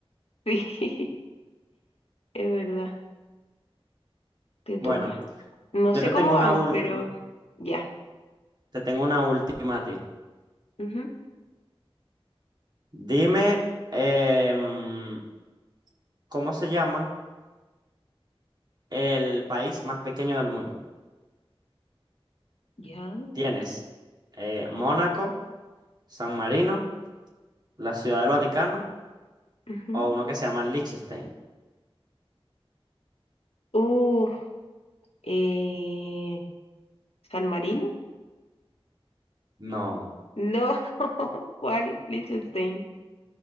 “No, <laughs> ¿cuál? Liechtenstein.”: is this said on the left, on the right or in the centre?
Left